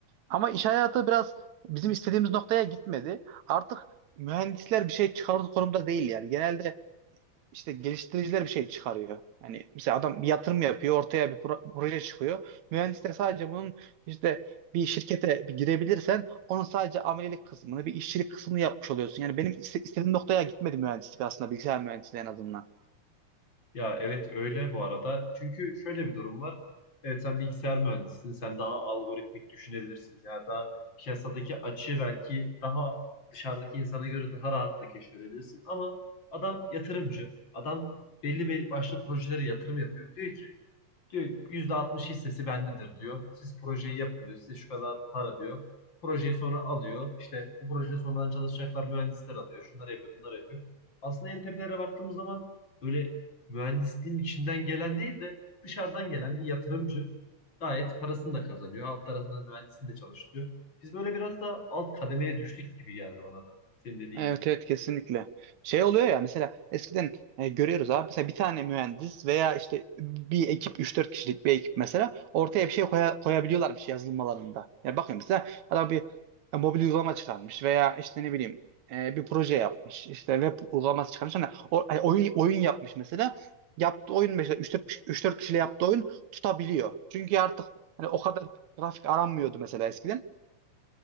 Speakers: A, on the right; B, on the left.
A: Ama iş hayatı biraz bizim istediğimiz noktaya gitmedi. Artık mühendisler bir şey çıkarır konumda değil yani. Genelde işte geliştiriciler bir şey çıkarıyor. Yani mesela adam bir yatırım yapıyor, ortaya bir pro- proje çıkıyor. Mühendis de sadece bunun işte bir şirkete bir girebilirsen onun sadece amelilik kısmını, bir işçilik kısmını yapmış oluyorsun. Yani benim iste- istediğim noktaya gitmedi mühendislik aslında bilgisayar mühendisliği en azından.
B: Ya evet öyle bu arada. Çünkü şöyle bir durum var. Evet sen bilgisayar mühendisisin. Sen daha algoritmik düşünebilirsin. Ya da piyasadaki açığı belki daha dışarıdaki insana göre daha rahat da keşfedebilirsin. Ama adam yatırımcı. Adam belli belli başlı projelere yatırım yapıyor. Diyor ki Diyor %60 hissesi bendedir diyor. Siz projeyi yapın diyor. Size şu kadar para diyor. Projeyi sonra alıyor. İşte bu projede sonradan çalışacaklar mühendisler alıyor. Şunları yapıyor, bunları yapıyor. Aslında en tepelere baktığımız zaman böyle mühendisliğin içinden gelen değil de dışarıdan gelen bir yatırımcı gayet parasını da kazanıyor. Alt tarafında mühendisini de çalıştırıyor. Biz böyle biraz da alt kademeye düştük gibi geldi bana da. Senin dediğin
A: Evet
B: gibi.
A: evet kesinlikle. Şey oluyor ya mesela eskiden e, görüyoruz abi mesela bir tane mühendis veya işte bir ekip üç dört kişilik bir ekip mesela ortaya bir şey koya, koyabiliyorlarmış yazılımlarında. Ya bakıyorum mesela adam bir e, mobil uygulama çıkarmış veya işte ne bileyim e, bir proje yapmış işte web uygulaması çıkarmış hani o- ay, oyun oyun yapmış mesela yaptığı oyun mesela üç dört kişi- 3-4 kişiyle yaptığı oyun tutabiliyor. Çünkü artık hani o kadar grafik aranmıyordu mesela eskiden.